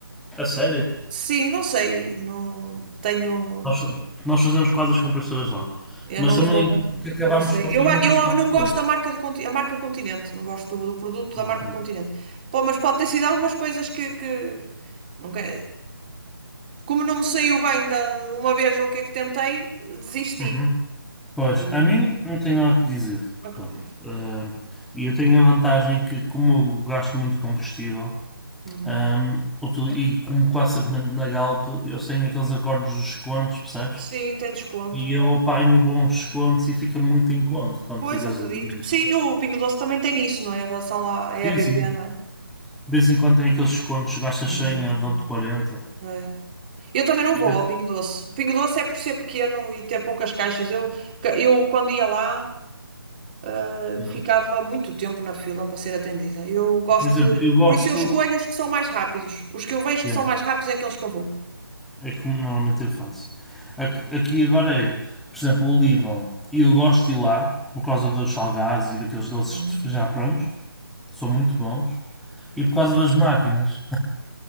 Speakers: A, in the centre; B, on the right.
A: A sério?
B: Sim, não sei, não tenho.
A: Nós, nós fazemos quase as compras todas lá.
B: Eu
A: Mas
B: não
A: também
B: vou ao continente.
A: que acabámos
B: Não sei.
A: por ter
B: Eu,
A: muitas
B: a- eu
A: produções.
B: não gosto da marca, do, conti- a marca Continente. Não gosto do, do produto da marca
A: Ok.
B: Continente. Pô, mas pode ter sido algumas coisas que, que... Nunca... Como não me saiu bem da uma vez o que é que tentei, desisti.
A: Uhum. Pois,
B: Hum,
A: a mim não tenho nada que dizer.
B: Não acredito.
A: Pronto. Ah, E eu tenho a vantagem que, como eu gasto muito combustível,
B: Uhum.
A: ah, utili- e como quase sempre mando na Galp, eu tenho aqueles acordos dos descontos, percebes?
B: Sim, tem desconto.
A: E eu apanho bons descontos e fica muito em conta para meter
B: Pois,
A: gasolina
B: acredito.
A: e tudo.
B: Sim, e o Pingo Doce também tem isso, não é? Em relação à à EBP,
A: Sim, sim.
B: não é?
A: De vez em quando tem aqueles descontos, gastas
B: Eu
A: 100,
B: Não tem desconto.
A: ah, dão-te 40.
B: É. Eu também não
A: E,
B: vou
A: esses,
B: ao Pingo Doce. O Pingo Doce é por ser pequeno e ter poucas caixas. Eu, ca- eu quando ia lá, ah,
A: não.
B: ficava muito tempo na fila para ser atendida. Eu gosto
A: Por exemplo,
B: de.
A: eu gosto.
B: Por isso eu escolho os que são mais rápidos. Os que eu vejo
A: Yeah,
B: que são mais rápidos é aqueles que eu vou.
A: é como normalmente eu faço. Aqui- Aqui agora é, por exemplo, o Lidl. Eu gosto de ir lá por causa dos salgados e daqueles doces
B: Uhum.
A: já prontos. São muito bons. E por causa das máquinas.